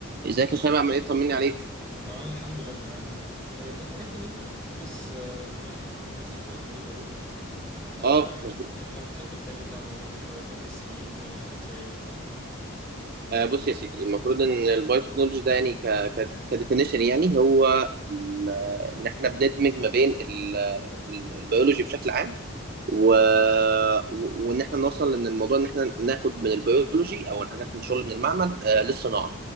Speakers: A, on the right; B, in the centre.
A: ازيك يا شباب عامل ايه طمني عليك
B: اه انا الحمد لله تمام آه، كنت عرفت ان انت بتدرس بايوتكنولوجي صح كده في كلية علوم ف
A: اه مظبوط
B: يعني لو تحب تكلمنا عن الموضوع ده شوية بتدرس ايه الدنيا ماشية ازاي
A: آه بص يا سيدي المفروض ان البايو تكنولوجي ده يعني ك ك كديفينيشن يعني هو ال- ان احنا بندمج ما بين ال- ال- البيولوجي بشكل عام و... و- وان احنا نوصل ان الموضوع ان احنا ناخد من البيولوجي او الحاجات من شغل من المعمل آه للصناعه